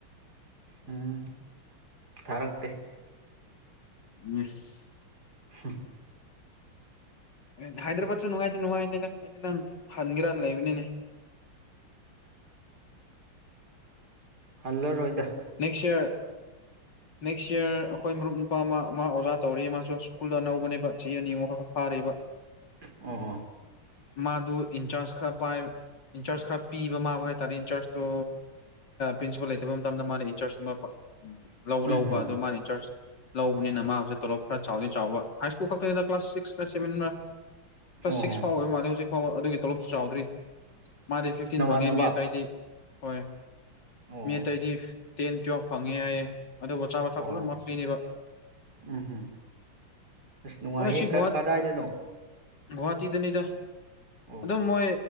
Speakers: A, on the right (about 45°); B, on the left (about 55°).
A: ꯎꯝ ꯊꯥꯔꯛꯇꯦ
B: ꯃꯤꯁ
A: ꯍꯨꯝ
B: ꯑꯦ ꯍꯥꯏꯗ꯭ꯔꯕꯥꯠꯁꯨ ꯅꯨꯡꯉꯥꯏꯗꯤ ꯅꯨꯡꯉꯥꯏꯅꯦꯅꯦ ꯑꯩꯁꯨ ꯅꯪ ꯍꯟꯒꯦꯔꯅ ꯂꯩꯕꯅꯤꯅꯦ
A: <inaudible> ꯍꯜꯂꯣ ꯔꯣꯍꯤꯗꯥ
B: ꯅꯦꯛꯁ ꯌꯔ
A: <inaudible>
B: ꯅꯦꯛꯁ ꯌꯔ ꯑꯩꯈꯣꯏ ꯃꯔꯨꯞ ꯅꯨꯄꯥ ꯑꯃ ꯃꯥ ꯑꯣꯖꯥ ꯇꯧꯔꯤ ꯃꯥꯁꯨ ꯁ꯭ꯀꯨꯜꯗ ꯑꯅꯧꯕꯅꯦꯕ ꯆꯍꯤ ꯑꯅꯤ ꯑꯨꯛꯈꯛ ꯐꯥꯔꯤ ꯂꯩꯕ
A: ꯑꯣ ꯍꯣ
B: ꯃꯥꯗꯨ ꯏꯟꯆꯥꯔꯖ ꯈꯔ ꯄꯥꯏ ꯏꯟꯆꯥꯔꯖ ꯈꯔ ꯄꯤꯕ ꯃꯥꯕ ꯍꯥꯏ ꯇꯥꯔꯦ ꯏꯟꯆꯔꯖꯇꯣ ꯄ꯭ꯔꯤꯟꯁꯤꯄꯥꯜ ꯂꯩꯇꯕ ꯃꯇꯝꯗ ꯃꯥꯅ ꯏꯟꯆꯥꯔꯖ ꯎꯝ ꯂꯧ
A: ꯎꯝ
B: ꯂꯧꯕ
A: ꯍꯝ
B: ꯑꯗꯨ ꯃꯥꯅꯤ ꯆꯔꯆ ꯂꯧꯕꯅꯤꯅ ꯃꯥꯕꯨꯁꯦ ꯇꯣꯂꯣꯞ ꯈꯔ ꯆꯥꯎꯗꯤ ꯆꯥꯎꯕ ꯍꯥꯏ ꯁ꯭ꯀꯨꯜ ꯈꯛꯇꯗ ꯀ꯭ꯂꯥꯁ ꯁꯤꯛꯁ ꯁꯚꯦꯟ ꯀ꯭ꯂꯥꯁ
A: ꯑꯣ
B: ꯁꯤꯛꯁ
A: ꯍꯣ
B: ꯐꯥꯎꯕꯕ ꯃꯥꯜꯂꯦ ꯍꯧꯖꯤꯛ ꯐꯥꯎꯕ ꯑꯗꯨꯒꯤ ꯇꯣꯂꯣꯞꯇꯨ ꯆꯥꯎꯗ꯭ꯔꯤ ꯃꯥꯗꯤ ꯐꯤꯐꯇꯤꯟ
A: ꯅꯃꯥꯟꯅꯕ
B: ꯐꯪꯉꯤ ꯃꯤ ꯑꯇꯩꯏꯗꯤ ꯍꯣꯏ
A: ꯑꯣ
B: ꯃꯤ ꯑꯇꯩꯗꯤ ꯇꯦꯟ ꯇꯨꯋꯦꯜꯐ ꯐꯪꯉꯦ ꯍꯥꯏꯌꯦꯦ ꯑꯗꯨꯕꯨ ꯑꯆꯥ ꯑꯊꯛ
A: ꯑꯣ
B: ꯄ ꯂꯣꯏꯅꯃꯛ ꯐ꯭ꯔꯤꯅꯦꯕ
A: ꯎꯝ ꯍꯝ ꯑꯁ ꯅꯨꯡꯉꯥꯏꯍꯦ
B: ꯑꯗꯣ ꯁꯤ ꯒꯨꯍꯥꯇꯤ
A: ꯀꯗꯥꯏꯗꯅꯣ
B: ꯒꯨꯍꯥꯇꯤꯗꯅꯤꯗ
A: ꯑꯣ
B: ꯑꯗꯨꯝ ꯃꯣꯏ